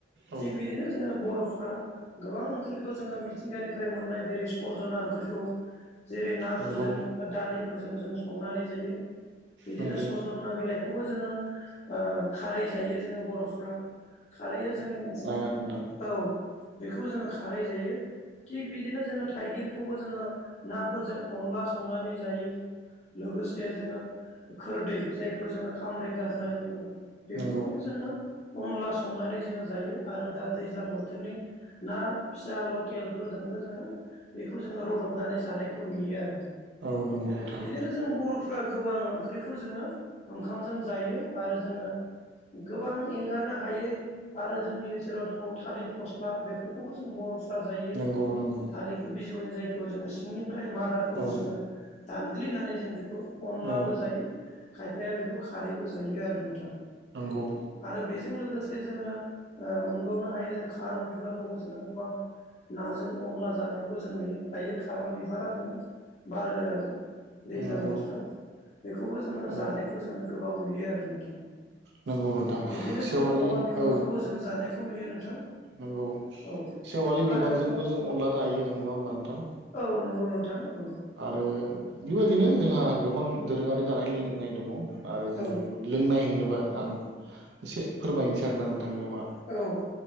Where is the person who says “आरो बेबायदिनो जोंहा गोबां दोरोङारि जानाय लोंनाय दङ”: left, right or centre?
Right